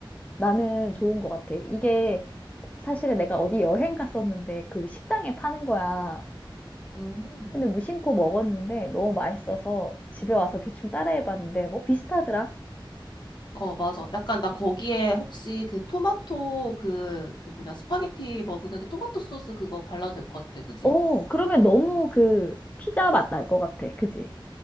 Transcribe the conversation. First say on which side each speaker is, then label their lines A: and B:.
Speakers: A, on the left; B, on the left.
A: 나는 좋은 것 같아. 이게 사실은 내가 어디 여행 갔었는데 그 식당에 파는 거야.
B: 음.
A: 근데 무심코 먹었는데 너무 맛있어서 집에 와서 대충 따라해봤는데 뭐 비슷하더라.
B: 어, 맞아. 약간 나 거기에 혹시 그 토마토 그, 그 뭐냐, 스파게티 먹는데 토마토 소스 그거 발라도 될 것 같아. 그지?
A: 어, 그러면 너무 그 피자 맛날 것 같아. 그지?